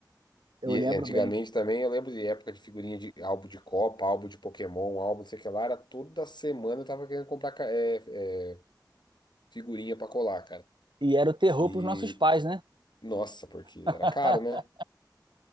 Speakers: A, on the right; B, on the left.
A: eu
B: E
A: lembro
B: antigamente
A: bem.
B: também eu lembro de época de figurinha de álbum de Copa, álbum de Pokémon, álbum não sei o que lá. Era toda semana eu tava querendo comprar ca- é, é, figurinha pra colar, cara.
A: E era o terror
B: E
A: pros nossos pais, né?
B: nossa, porque
A: <laughs>
B: era caro, né?